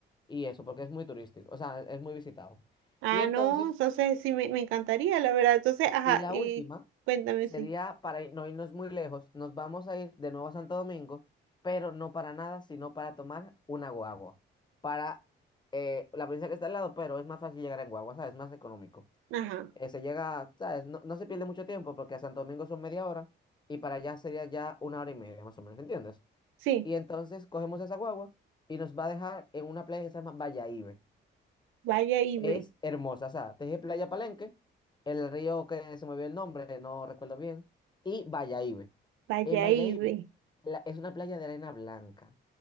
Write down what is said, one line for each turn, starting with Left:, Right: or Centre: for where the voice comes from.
Left: Y eso, porque es muy turístico, o sea, es muy visitado.
Right: Ah,
Left: Y entonces,
Right: no, entonces sí, me, me encantaría, la verdad. Entonces, ajá,
Left: Y la
Right: y
Left: última
Right: cuéntame,
Left: sería,
Right: sí.
Left: para ir- no irnos muy lejos, nos vamos a ir de nuevo a Santo Domingo, pero no para nada, sino para tomar una guagua. Para eh, la provincia que está al lado, pero es más fácil llegar en guagua, ¿sabes? Es más económico.
Right: Ajá,
Left: Eh, se llega, ¿sabes? No, no se pierde mucho tiempo porque a Santo Domingo son media hora y para allá sería ya una hora y media, más o menos, ¿entiendes?
Right: sí,
Left: Y entonces cogemos esa guagua y nos va a dejar en una playa que se llama Bayahibe.
Right: vaya y
Left: Es
Right: ve,
Left: hermosa, o sea, te dije Playa Palenque, el río que se me vio el nombre, no recuerdo bien, y Bayahibe.
Right: vaya
Left: En Bayahibe
Right: y ve.
Left: la- es una playa de arena blanca,